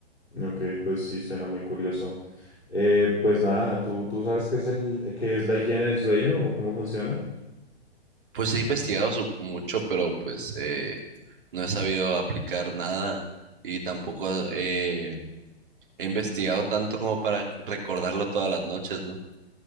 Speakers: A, on the left; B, on the right.
A: ok, pues sí suena muy curioso. Eh, pues nada, ¿tú, tú sabes qué es el, qué es la higiene del sueño o cómo funciona?
B: Pues he investigado su- mucho, pero pues eh, no he sabido aplicar nada y tampoco eh, he investigado tanto como para recordarlo todas las noches, ¿no?